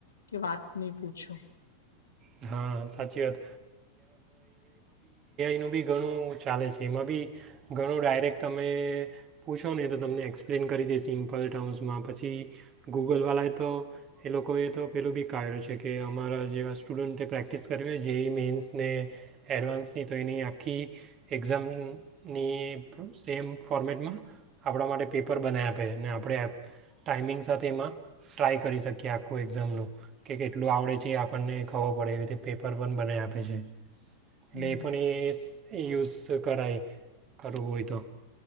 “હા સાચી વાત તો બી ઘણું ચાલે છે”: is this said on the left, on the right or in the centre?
Right